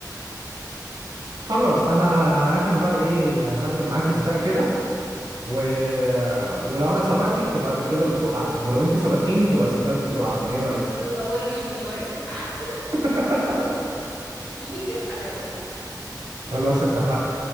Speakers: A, on the right; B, in the centre.
A: خلاص انا احنا بقى ايه هرتب معاكي سباق كده و... ولو انا سبقتك تبقى الرجالة بتسوق احسن ولو انت سبقتيني تبقى الستات بتسوق احسن ايه رأيك
B: طب يبقى وريني لو عرفت تعدي
A: <laughs>
B: ليك الحلاوه
A: خلاص اتفقنا